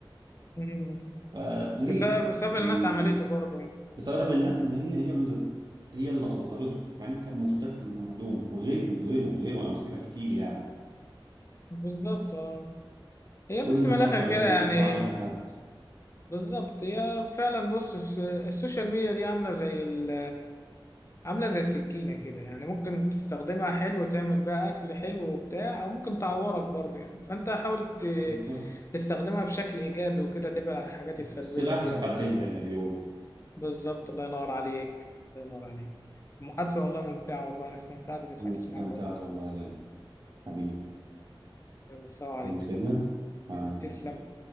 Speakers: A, on the left (about 30°); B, on the right (about 50°).
A: مم.
B: فليه؟
A: بسبب بسبب
B: يعني
A: الناس عملته برضه يعني
B: بسبب الناس ان هي هي اللي هي اللي اظهرته مع انه كان مختفي ومعدوم وغيره وغيره وغيره امثله كتير يعني
A: بالظبط اه هي
B: كل
A: بس من
B: فتره
A: الآخر
B: لازم
A: كده يعني
B: يطلع لنا حد
A: بالظبط هي فعلا بص الس- السوشيال ميديا دي عاملة زي ال عاملة زي السكينة كده يعني ممكن تستخدمها حلو تعمل بيها أكل حلو وبتاع أو ممكن تعورك برضه يعني فأنت حاول ت-
B: بالظبط
A: تستخدمها بشكل إيجابي وكده تبعد عن الحاجات السلبية
B: السلاح
A: ديت
B: ذو حدين
A: وكده
B: زي ما بيقول
A: بالظبط الله ينور عليك الله ينور عليك المحادثة والله ممتعة والله أنا استمتعت بالحديث
B: واستمتعت
A: معك والله
B: والله يا غالي حبيبي
A: يلا السلام عليكم
B: اي خدمه وعليكم
A: تسلم
B: السلام